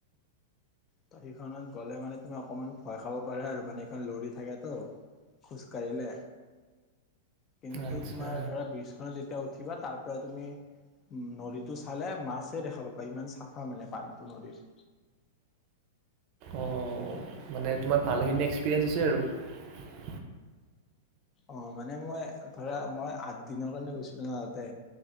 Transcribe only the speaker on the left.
ত হেইখনত গ'লে মানে তুমি অকণমান ভয় খাব পাৰা আৰু মানে হেখন লৰি থাকেতো খোজকাাঢ়িলে। কিন্তু
তোমাৰ ধৰা ব্ৰীজখনত যেত তেতিয়া উঠিবা তাৰ পৰা তুমি নদীটো চালে মাছে দেখা পাবা ইমান চাফা মানে পানীটো নদীৰ।
অ মানে মই ধৰা মই আঠ দিনৰ কাৰণে গৈছিলো ন তাতে